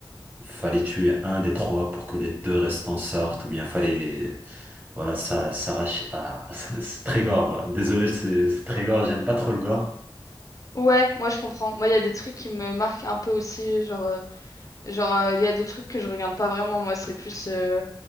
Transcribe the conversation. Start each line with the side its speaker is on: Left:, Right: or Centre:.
Right: Fallait tuer un des trois pour que les deux restants sortent ou bien fallait, voilà, ça, ça s'arrache à, <laughs> c'est très gore. Désolé, c'est c'est très gore, j'aime pas trop le gore.
Left: Ouais, moi je comprends. Moi, il y a des trucs qui me marquent un peu aussi. Genre, euh, genre, euh, il y a des trucs que je regarde pas vraiment. Moi, c'est plus euh,